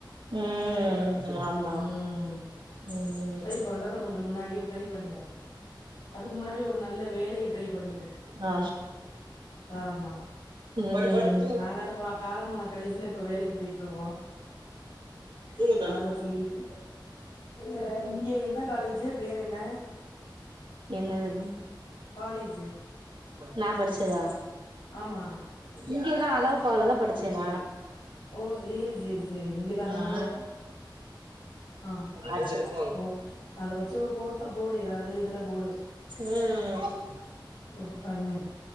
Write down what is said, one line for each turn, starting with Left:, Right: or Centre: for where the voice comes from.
Right: ம் ஆமா
Left: ம்
Right: ம்
Left: ட்ரை பண்றத கொஞ்சோ முன்னாடியே ட்ரை பண்ணுங்க அதுக்கு முன்னாடி ஒரு நல்ல வேலையை ட்ரை பண்ணிரு
Right: ஆ
Left: ஆமா
Right: உம்
Left: நாங்கல்லா பா காலம் போன கடைசியில இப்ப வேலைக்கு போயிட்டுருக்கோ
Right: ம்
Left: அத சொல்லிட்ருக்கே இல்ல இங்கே என்ன காலேஜு பேர் என்ன
Right: என்னதுது
Left: காலேஜு
Right: நா படிச்சதா
Left: ஆமா
Right: இங்கதா அழகப்பா ல தா படிச்சேன்னா
Left: ஓ ஜேரி ஜேரி ஜேரி இங்கதானா
Right: ம்
Left: ஆ
Right: அசேர்டா
Left: ஓகே அத வச்சு ஒரு கோர்ஸ போடு ஏதாவது இதுல போடு
Right: ம் ஆமா
Left: போட்டு பண்ணு